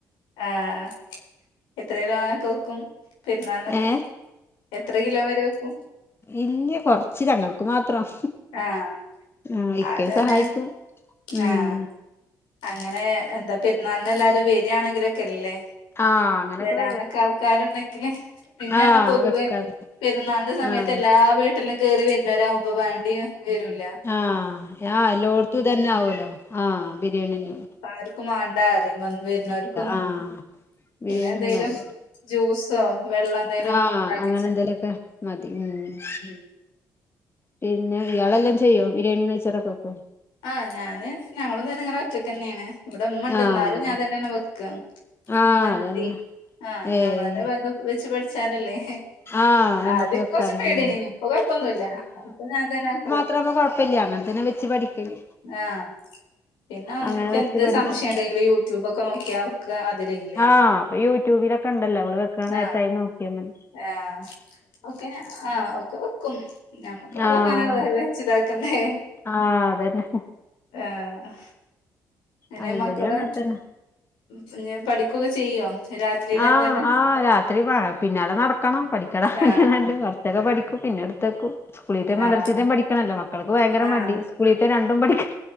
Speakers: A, on the left (about 80°); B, on the left (about 30°).
A: ആഹ് എത്ര കിലോനൊക്കെ വെക്കും പെരുന്നാൾ നൊക്കെ
B: ഏ
A: എത്ര കിലോ വരെ വെക്കും
B: ഇല്ല്യ കൊറച്ച് ഞങ്ങൾക്ക് മാ ത്രം
A: ആഹ്
B: ആഹ് ഇക്കെയും
A: അതന്നെ
B: സഹായിക്കും ഉം
A: ആഹ് അങ്ങനെ എന്താ പെരുന്നാളിനെല്ലാരും വരികയാണെങ്കിൽ ഒക്കെ എല്ലേ
B: ആ അങ്ങനൊക്കെ
A: വരാനൊക്കെ ആൾക്കാരുണ്ടെങ്കില് പിന്നെ
B: ആ
A: പറഞ്ഞാ പൊതുവേ
B: വെക്കാറ്
A: പെരുന്നാളിന്റെ സമയത്ത്
B: ആഹ്
A: എല്ലാ വീട്ടിലും കേറി വരുന്ന വരാവുമ്പൊ വേണ്ടിയും വരൂല്ല
B: ആഹ് ആ എല്ലോട്ത്തും ഇതന്നെ ആവൊല്ലോ ആഹ് ബിരിയാണി തന്നെ
A: അപ്പം ആർക്കും വാണ്ടാ പറയും വന്ന് വരുന്നവർക്കൊന്നും
B: ആഹ് ബിരിയാണിയൊന്നും
A: പിന്നെ എന്തേലും
B: വേണ്ട
A: ജ്യൂസ് സോ വെള്ളം എന്തേലും
B: ആഹ്
A: ഉണ്ടാക്കി
B: അങ്ങനെ
A: വെച്ചിട്ടുണ്ട്.
B: എന്തേലുമൊക്കെ മതി ഉം
A: ഉം
B: പിന്നെ ഇയാളെല്ലാം ചെയ്യോ ബിരിണിയും നെയ്ചോറ് ഒക്കെ വെക്കോ
A: ആ ഞാന് ഞങ്ങളും ഇതന്നെ ഇങ്ങനെ ഒറ്റയ്ക്കന്നേണ് ഇവിടെ ഇമ്മണ്ട്
B: ആഹ്
A: എന്നാലും ഞാൻ തന്നെണ് വെക്കാ
B: ആഹ്
A: മന്തി
B: അതന്നെ
A: ആഹ്
B: ഏഹ്
A: ഞമ്മള് തന്നെ വെ ത് വെച്ച് പഠിച്ചാലല്ലേ
B: ആഹ് നമ്മക്ക്
A: ആദ്യം
B: വെക്കാലോ
A: കുറച്ച് പേടിന്നെയ്നി
B: ഉം
A: ഇപ്പൊ കുഴപ്പൊന്നും ഇല്ല ഇപ്പം ഞാൻ തന്നെ പോകും
B: അത്രയാവുമ്പോ കുഴപ്പമില്ല അങ്ങനെ തന്നെ വെച്ച് പഠിക്കല്
A: ആഹ് പിന്നെ
B: അങ്ങനെ
A: ഇപ്പ
B: വെച്ച്
A: എന്ത്
B: പഠിക്കും
A: സംശയം ഉണ്ടെങ്കില് യൂട്യൂബ ഒക്കെ നോക്കിയ ഒക്കെ അതില് ഇല്ലേ
B: ആഹ് അപ്പൊ യൂട്യൂബിലൊക്കെ ഉണ്ടല്ലോ നമ്മള് വെക്കാൻ നേരത്ത്
A: ആഹ്
B: അതിൽ നോക്കിയാമതി
A: ആഹ് ഒക്കെ ഞ ആഹ് ഒക്കെ വെക്കും ഞമ്മുക്കുള്ള
B: ആഹ്
A: വെക്കാനാ <unintelligible> വെച്ച് ഇതാക്ക്ന്നേ
B: ആഹ് അതന്നെ
A: ആഹ് എങ്ങനെ
B: ആഹ് ഇവിടേം
A: മക്കള്
B: അങ്ങൻതന്നെ
A: പിന്നേ പഠിക്കൊക്കെ ചെയ്യോ രാത്രിയില്
B: ആഹ്
A: എന്തൊക്കെ
B: ആ രാത്രി വ് പിന്നാലെ നടക്കണം പഠിക്കട പറഞ്ഞിക്കാണ്ട്
A: ആഹ്
B: കുറച്ചൊക്കെ പഠിക്ക പിന്നെ എട്ത്തേക്കും. സ്കൂളീത്തെ മദ്റസീത്തെ
A: ആഹ്
B: പഠിക്കണല്ലോ മക്കൾക്ക് ഭയങ്കര
A: ആഹ്
B: മടി സ്കൂളീത്തെ രണ്ടും പഠിക്ക